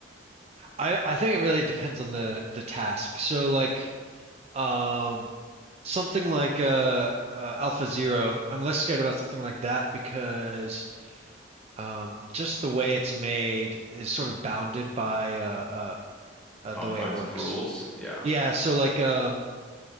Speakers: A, on the right (about 30°); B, in the centre.
A: I I think it really depends on the the task. So like um something like uh, uh Alpha Zero, I'm less scared about something like that because Um, just the way it's made is sort of bounded by uh, uh, uh,
B: Confines
A: the way it works.
B: of rules. Yeah.
A: Yeah, so like um,